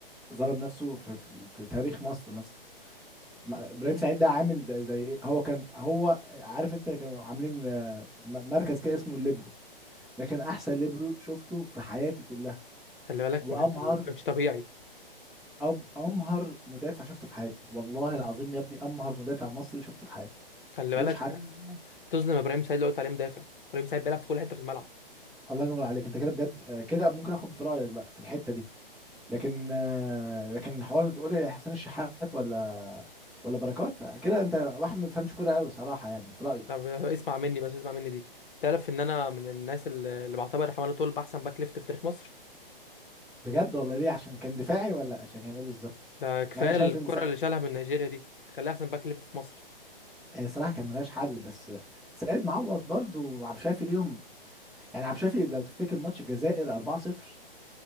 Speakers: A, in the centre; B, on the left (about 60°).
A: ظلم نفسه في, في, في تاريخ مصر مثلا ما- ابراهيم سعيد ده عامل زي, زي ايه هو كان هو عارف انت كانوا عاملين آه، م- مركز كده اسمه الليبرو ده كان احسن ليبرو شفته في حياتي كلها
B: خلي بالك
A: وامهر
B: ما كانش ما كانش طبيعي
A: أب امهر مدافع شفته في حياتي والله العظيم يا ابني امهر مدافع مصري شفته في حياتي
B: خلي بالك
A: ملوش حد
B: تظلم ابراهيم سعيد اللي قلت عليه مدافع ابراهيم سعيد بيلعب في كل حته في الملعب
A: الله ينور عليك انت كده بجد آه، كده ممكن اخد في رايك بقى في الحته دي لكن آه، لكن حوار تقول لي حسين الشحات ولا ولا بركات كده انت واحد ما بيفهمش كوره قوي صراحه يعني في رايي
B: طب اسمع مني بس اسمع مني دي تعرف ان انا من الناس اللي اللي بعتبر حماده طول احسن باك ليفت في تاريخ مصر
A: بجد ولا ليه عشان كان دفاعي ولا عشان كان ايه بالظبط
B: ده كفايه
A: مع إن انا شايف
B: الكره
A: ان سا...
B: اللي شالها من نيجيريا دي تخليها احسن باك ليفت في مصر
A: هي صراحه كان ملهاش حل بس سيد معوض برضو وعبد الشافي ليهم يعني عبد الشافي لو تفتكر ماتش الجزائر 4-0